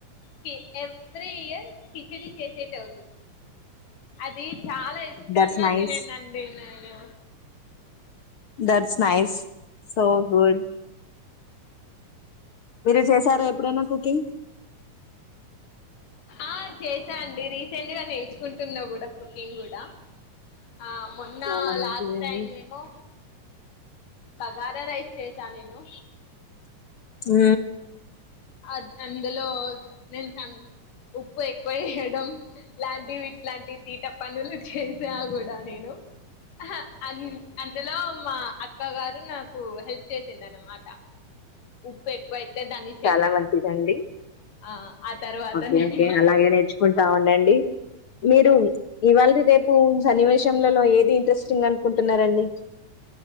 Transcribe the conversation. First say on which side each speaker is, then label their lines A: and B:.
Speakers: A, on the left; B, on the left.
A: కి ఎవ్రీ ఇయర్ కిచిడి చేసేటోల్లు. అది చాలా ఇష్టంగా
B: దట్స్ నైస్
A: తినేనండి నేను.
B: దట్స్ నైస్ సో గుడ్ మీరు చేశారా ఎప్పుడైనా కుకింగ్.
A: ఆ చేసా ఆండీ రీసెంట్ గా నేర్చుకుంటున్నా కూడా కుకింగ్ కూడా. ఆ మొన్న
B: చాలా మంచిదండి
A: లాస్ట్ టైం ఏమో బగారా రైస్ చేసా నేను.
B: అ
A: అ అందులో నేను చ ఉప్పు ఎక్కువ యేయడం లాంటి ఇట్లాంటి తీట పనులు చేసా కూడా నేను. ఆహా అం అందులో మా అక్కగారు నాకు హెల్ప్ చేసిందనమాట ఉప్పు ఎక్కువైతే దాన్ని సె
B: చాలా మంచిదండీ.
A: ఆ ఆ తర్వాత
B: ఓకే
A: నేను
B: ఓకే అలాగే నేర్చు కుంటా ఉండండి మీరు ఇవాళది, రేపు సన్నివేశంలలో ఏది ఇంట్రెస్టింగ్ అనుకుంటున్నరండి.